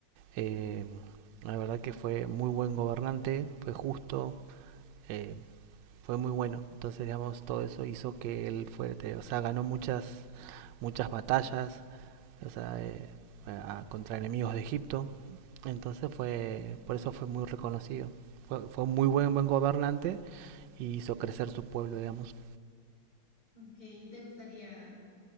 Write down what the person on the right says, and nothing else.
Eh, la verdad que fue muy buen gobernante, fue justo, eh, fue muy bueno. Entonces, digamos, todo eso hizo que él fuerte, o sea, ganó muchas, muchas batallas, o sea, eh, a- contra enemigos de Egipto. Entonces fue, por eso fue muy reconocido. Fue, fue un muy
buen, buen gobernante y hizo crecer su pueblo, digamos.